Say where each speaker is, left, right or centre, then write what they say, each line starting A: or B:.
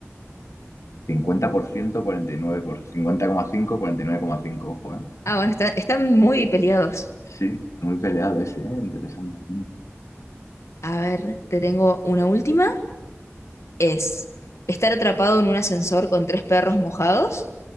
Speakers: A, on the left; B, on the left.
A: Cincuenta cincuenta por por ciento, cuarenta y nueve por cincuenta coma cinco, 50%, nueve coma cinco. ojo, ¿eh?
B: Ah, bueno, está- están muy peleados.
A: Sí, muy peleado ese, ¿eh? Interesante. Mm.
B: A ver, te tengo una última. es estar atrapado en un ascensor con tres perros mojados,